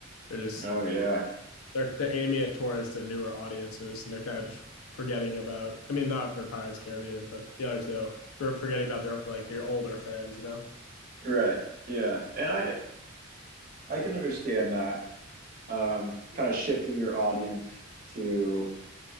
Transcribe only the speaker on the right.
Oh yeah.
Right. Yeah. And I I can understand that. Um kind of shifting your audience to